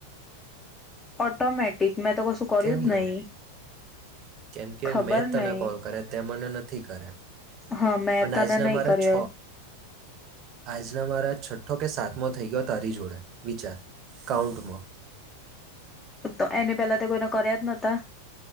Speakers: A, on the left; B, on the right.
A: ઓટોમેટિક મેં તો કશું કર્યું
B: કેમનું,
A: જ નહી
B: કેમ કે
A: ખબર
B: મેં જ તને
A: નઈ
B: કોલ કર્યા. તે મને નથી કર્યા.
A: હા મેં
B: અને
A: તને
B: આજના
A: નહી
B: મારે
A: કર્યો
B: છ આજના મારા છઠ્ઠો કે સાતમો થઈ ગયો. તારી જોડે વિચાર! કાઉન્ટમાં.
A: તો એની પેલા તો કોઈને કર્યા જ નહતા.?